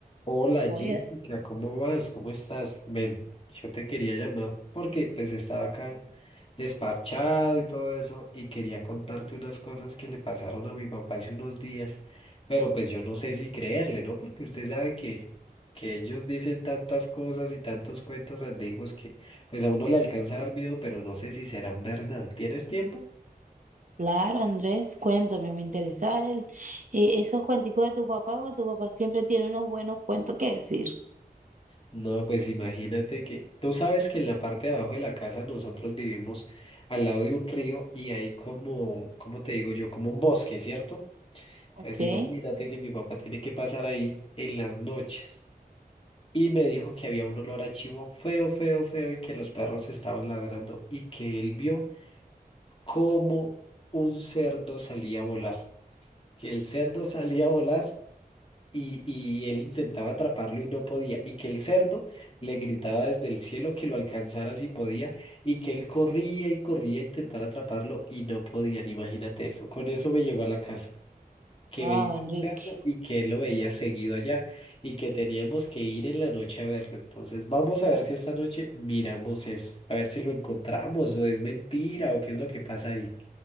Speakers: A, on the left (about 35°); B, on the right (about 55°).
A: Hola
B: Oye,
A: Jessica, ¿cómo vas? ¿Cómo estás? Ven, yo te quería llamar porque pues estaba acá desparchado y todo eso y quería contarte unas cosas que le pasaron a mi papá hace unos días, pero pues yo no sé si creerle, ¿no? Porque usted sabe que, que ellos dicen tantas cosas y tantos cuentos antiguos que pues a uno le alcanza a dar miedo, pero no sé si serán verdad. ¿Tienes tiempo?
B: claro, Andrés, cuéntame, me interesa el- eh, esos cuenticos de tu papá, porque tu papá siempre tiene unos buenos cuentos que decir,
A: No, pues imagínate que tú sabes que en la parte de abajo de la casa nosotros vivimos al lado de un río y hay como, ¿cómo te digo yo? Como un bosque, ¿cierto?
B: ¿ok?
A: Pues imagínate que mi papá tiene que pasar ahí en las noches y me dijo que había un olor a chivo feo, feo, feo y que los perros estaban ladrando y que él vio como un cerdo salía a volar, que el cerdo salía a volar y, y él intentaba atraparlo y no podía, y que el cerdo le gritaba desde el cielo que lo alcanzara si podía, y que él corría y corría a intentar atraparlo y no podían, imagínate eso. Con eso me llegó a la casa, que
B: Wow,
A: veía
B: Enrique.
A: un cerdo y que él lo veía seguido allá y que teníamos que ir en la noche a verlo. Entonces, vamos a ver si esta noche miramos eso, a ver si lo encontramos o es mentira o qué es lo que pasa ahí.